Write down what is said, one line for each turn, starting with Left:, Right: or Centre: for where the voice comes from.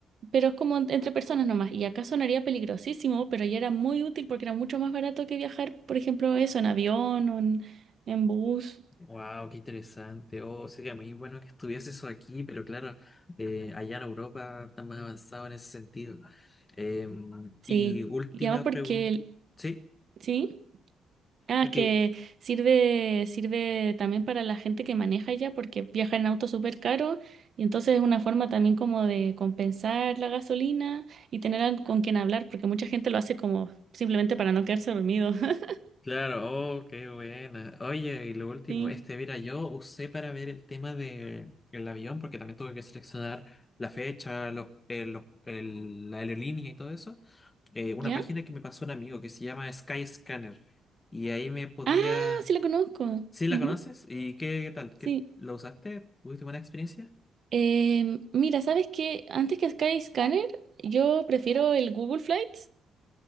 Right: pero es como en- entre personas nomás. Y acá sonaría peligrosísimo, pero ya era muy útil porque era mucho más barato que viajar, por ejemplo, eso, en avión o en, en bus.
Left: wow, qué interesante. Oh, sería muy bueno que estuviese eso aquí, pero claro, eh, <laughs> allá en Europa están más avanzados en ese sentido. Eh,
Right: Sí.
Left: y última
Right: Y además porque,
Left: pregunta.
Right: el-
Left: Sí,
Right: ¿sí? Ah,
Left: ok,
Right: es que sirve, sirve también para la gente que maneja ya, porque viaja en auto súper caro. Y entonces es una forma también como de compensar la gasolina y tener al- con quien hablar, porque mucha gente lo hace como simplemente para no quedarse dormido. <laughs>
Left: claro, oh, qué buena. Oye, y lo último,
Right: Sí.
Left: este, mira, yo usé para ver el tema de el avión, porque también tuve que seleccionar la fecha, los, eh, los- el- la aerolínea y todo eso. eh, una
Right: ¿Ya?
Left: página que me pasó un amigo que se llama Skyscanner. Y ahí me podía.
Right: Ah, sí la conozco.
Left: ¿Sí
Right: Ujú,
Left: la conoces? ¿Y qué, qué tal?
Right: sí.
Left: ¿Qué, la usaste? ¿Tuviste buena experiencia?
Right: Eh, mira, ¿sabes qué? Antes que Skyscanner, yo prefiero el Google Flights.